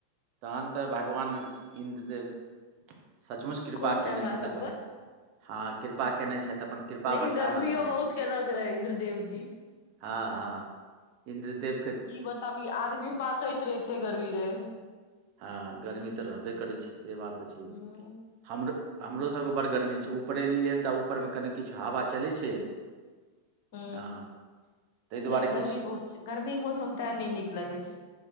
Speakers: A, on the right; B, on the left.
A: तहन तऽ भगवान इन्द्रदेव सचमुच कृपा
B: खुश
A: केने
B: छै हमरा
A: छथि।
B: सब
A: अपन
B: पर
A: हँ। कृपा कयने छथि। अपन कृपा
B: लेकिन
A: बरसा
B: गर्मियो
A: रहल छथि।
B: बहुत केलक रहे इन्द्रदेव जी
A: हँ हँ इन्द्र देव।
B: की बताबी आदमी पाकैत रहेते गर्मी रहे।
A: हँ गर्मी तऽ रहबे करै छै से बात छै।
B: हूं
A: हमरो हमरोसभके बड़ गरमी छै। ऊपर एयलियै हन तऽ आ ऊपरमे कनि किछु हवा चलै छै। <inaudible>
B: ह
A: हँ ताहि दुआरे
B: नहि गर्मी
A: किछु
B: बहुत छै। गर्मी के मौसम तऽ नहि नीक लगै छै।